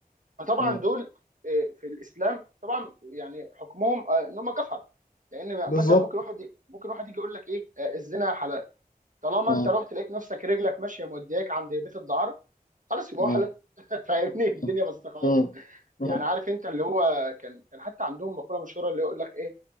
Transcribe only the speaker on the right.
فطبعا
دول آه، في الاسلام طبعا يعني حكمهم آه، ان هم كفره لان
مثلا ممكن واحد ممكن واحد يجي يقول لك ايه آه، الزنا حلال طالما
انت رحت لقيت نفسك رجلك ماشيه مودياك عند بيت الدعاره خلاص يبقى
هو حلال <laughs> <applause> فاهمني الدنيا
بسيطه خالص
يعني عارف انت اللي هو كان كان حتى عندهم مقوله مشهوره اللي يقول لك ايه